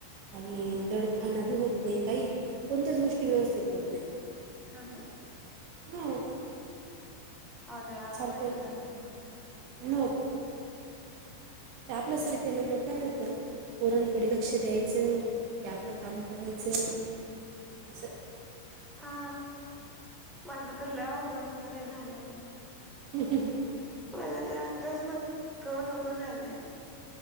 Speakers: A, on the right (about 40°); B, in the centre.
A: आणि दड खाना बी होत नाही काही कोणत्याच गोष्टी व्यवस्थित होत नाही.
B: हा ना,
A: हा
B: आल्या अवघड
A: सारखं
B: झाल्या नंतर.
A: मग. ते आपल्यासारख्याला मग काय होतं. पोरांकडे लक्ष द्यायचं की आपलं काम करायचं अस.
B: हा माझं तर लय उघड होणार आहे झाल्यावर.
A: ह हंं,
B: मला तर आत्ताच नक नको झालंय.